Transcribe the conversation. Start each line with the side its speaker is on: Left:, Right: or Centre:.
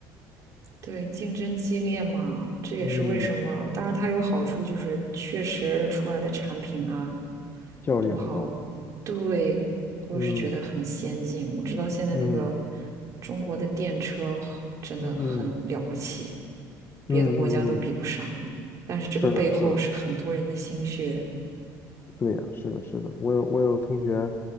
Right: 对，竞争激烈嘛，这也是为什么。
Left: 嗯，
Right: 当然，它有好处，就是确实出来的产品啊，
Left: 效率很高。
Right: 不好，对，我是觉得很先进。
Left: 嗯
Right: 我知道现在那个
Left: 嗯
Right: 中国的电车真的很了不起，
Left: 嗯嗯
Right: 别的国家都比不上。
Left: 嗯嗯，嗯
Right: 但是这个背后是很多人的心血。
Left: 是的，是的。对呀，是的，是的，我有我有同学，